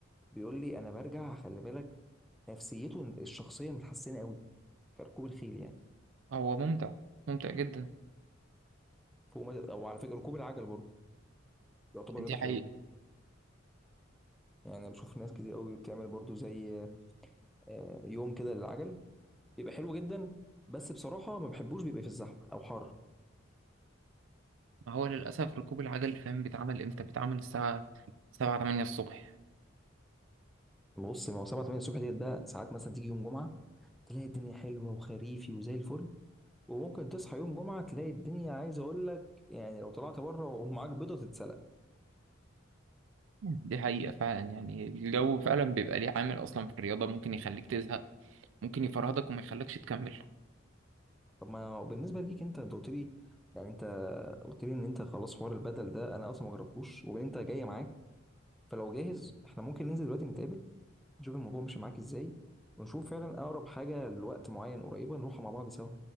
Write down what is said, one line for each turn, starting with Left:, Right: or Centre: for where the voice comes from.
Centre: بيقول لي انا برجع خلي بالك نفسيته الشخصيه متحسنه قوي كركوب الخيل يعني
Right: هو ممتع ممتع جدا
Centre: فوق مدى او على فكره ركوب العجل برضه يعتبر
Right: دي
Centre: رياضه حلوه
Right: حقيقة
Centre: يعني أنا بشوف ناس كتير قوي بتعمل برضو زي آه، يوم كده للعجل بيبقى حلو جدا بس بصراحه ما بحبوش بيبقى في الزحمه او حر
Right: ما هو للأسف ركوب العجل فاهم بيتعمل امتى بيتعمل الساعة سبعة تمانية الصبح
Centre: بص ما هو 7 8 الصبح ديت بقى ساعات مثلا تيجي يوم جمعه تلاقي الدنيا حلوه وخريفي وزي الفل وممكن تصحى يوم جمعه تلاقي الدنيا عايز اقول لك يعني لو طلعت بره ومعاك بيضه تتسلق
Right: دي حقيقة فعلا يعني الجو فعلا بيبقى ليه عامل أصلا في الرياضة ممكن يخليك تزهق ممكن يفرهدك وما يخليكش تكمل
Centre: طب ما هو بالنسبه ليك انت انت قلت لي يعني انت قلت لي ان انت خلاص حوار البدل ده انا اصلا ما جربتوش وبين انت جاي معاك فلو جاهز احنا ممكن ننزل دلوقتي نتقابل نشوف الموضوع ماشي معاك ازاي ونشوف فعلا اقرب حاجه لوقت معين قريبه نروحها مع بعض سوا